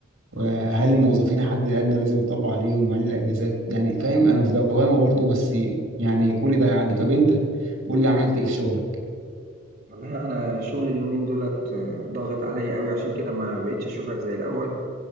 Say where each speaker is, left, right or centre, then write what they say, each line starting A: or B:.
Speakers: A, on the right (about 75°); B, on the right (about 50°).
A: وهل الموظفين الحد الادنى لازم يطبق عليهم هل الاجازات يعني فاهم انا في دوامه برضو بس يعني كل ده هيعدي طب انت قول لي عملت ايه في شغلك
B: والله انا شغل اليومين دولت آه، ضاغط عليا قوي عشان كده ما بقتش اشوفك زي الاول